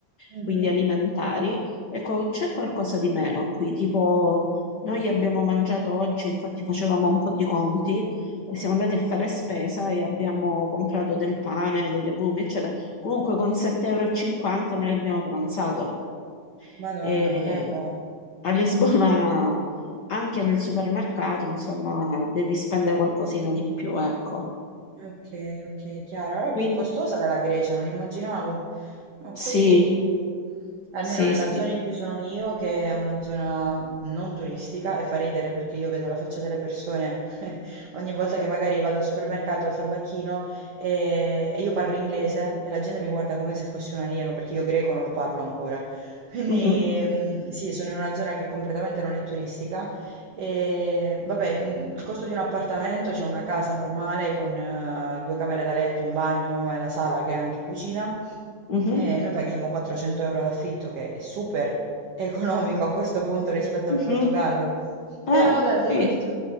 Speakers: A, on the right; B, on the left.
A: Mhm.
B: quindi alimentari, ecco, c'è qualcosa di meno qui, tipo noi abbiamo mangiato oggi, infatti facevamo un po' di conti, e siamo andati
A: Mhm.
B: a fare spesa e abbiamo comprato del pane, dei legumi, eccetera. Comunque con 7,50 euro e cinquanta noi abbiamo pranzato.
A: Madonna,
B: E
A: eh beh,
B: a Lisbona, anche nel supermercato, insomma, devi spendere qualcosina di più, ecco.
A: ok, ok, chiaro. Allora è
B: Quindi
A: più costosa della Grecia, non immaginavo. No,
B: sì,
A: qui, almeno
B: sì,
A: nella
B: sì.
A: zona in cui sono io, che è una zona non turistica, e fa ridere perché io vedo la faccia delle persone <laughs> ogni volta che magari vado al supermercato, al tabacchino e, e io parlo inglese e la gente mi guarda come se fossi un alieno, perché io greco non lo parlo ancora. Quindi,
B: Mhm,
A: mm, sì, sono in una zona che completamente non è turistica. E vabbè, mm, il costo di un appartamento, c'è una casa normale con eh, due camere da letto, un bagno e la sala che è anche cucina.
B: mhm,
A: E noi paghiamo 400 euro d'affitto, che è super economico a questo punto rispetto
B: mhm.
A: al Portogallo.
B: Eh,
A: Però da-
B: sì.
A: dall'altro